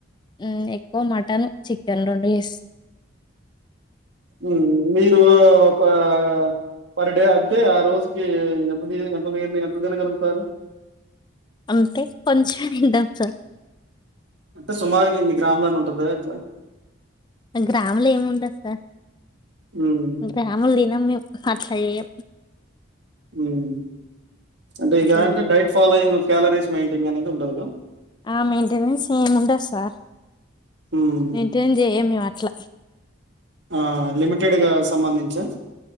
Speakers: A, on the left; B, on the right.
A: మ్ ఎక్కువ మటన్ చికెన్ రెండు చేస్తాం
B: మ్ మీరు ఒపా పర్ డే అంటే ఆ రోజుకి ఎంత ఎంత ఎంత తినగలుగుతారు
A: అంటే కొంచం తంటం సార్
B: అంటే సుమారుగా ఇన్ని గ్రాములని ఉంటదా ఇట్లా
A: గ్రాములో ఎం ఉండద్ సార్
B: హ్మ్
A: గ్రాముల్ తినం మేమ్ అట్లా ఎయం
B: మ్ అంటే ఇగ
A: అట్లా
B: అంటే
A: చేయం
B: డైట్ ఫాలోయింగ్ క్యాలరీస్ మెయిటింగ్ అనేద్ ఉండదు
A: ఆ మెయింటెనెన్స్ ఎం ఉండద్ సార్
B: హ్మ్
A: మైంటైన్ చేయం మేం అట్ల
B: ఆ లిమిటెడ్ గ సంబంధించ